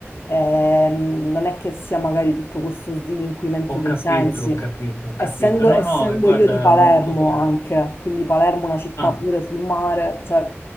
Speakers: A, on the left (about 55°); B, on the left (about 85°).
A: ehm, non è che sia magari tutto questo slinquimento
B: Ho
A: dei
B: capito,
A: sensi.
B: ho capito, ho
A: Essendo,
B: capito. No,
A: essendo
B: no, guarda,
A: io di Palermo
B: è molto chiaro.
A: anche, quindi Palermo è una città
B: Ah,
A: pure sul mare, cioè